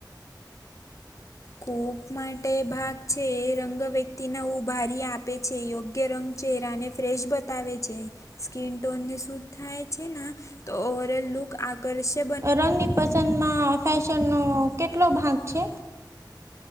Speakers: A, on the left; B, on the right.
A: કૂપ માટે ભાગ છે, એ રંગ વ્યક્તિને ઉભારી આપે છે યોગ્ય. ગરમ ચહેરાને ફ્રેશ બતાવે છે, સ્કીન ટોનને સૂટ થાય છે. તો ઓવરલ લુક આ કરશે.
B: રંગની પસંદમાં ફેશનનો કેટલો ભાગ છે.